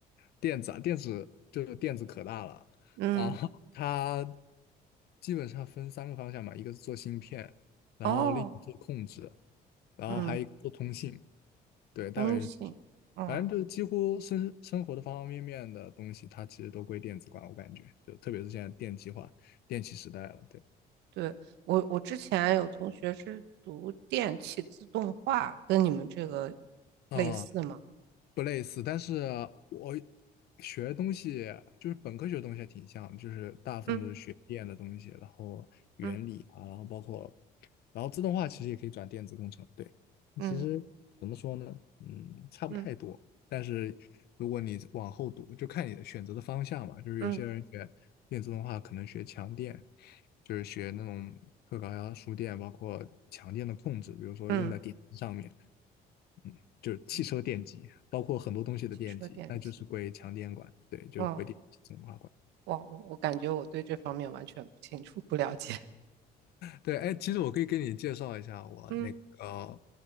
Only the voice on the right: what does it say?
嗯，
哦，
嗯，
通信，嗯，
对，我我之前有同学是读电气自动化，跟你们这个
类似吗？
嗯
嗯
嗯
嗯
嗯
嗯
嗯，
汽车电机，
嗯，哇，我我感觉我对这方面完全不清楚，不了解。
<laughs> 嗯